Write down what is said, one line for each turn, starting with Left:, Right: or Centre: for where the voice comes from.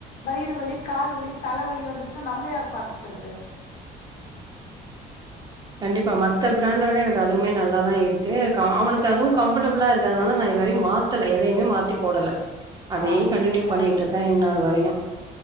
Left: வயிறு வலி கால்வலி தலவலி வந் சுனா நம்மள யார் பாத்துக்கறது
Right: கண்டிப்பா மத்த பிராண்ட விட எனக்கு அதுவுமே நல்லா தா இருக் அவனுக்கு அதுவும் கஃபர்டபிளா இருக்கதுனால நான் இதுவரையும் மாத்தல எதையுமே மாத்தி போடல அதையே
Left: ஆமா
Right: கண்டினியூ
Left: எனக்கு
Right: பண்ணிட்டு இருக்கே இந்நாள் வரையு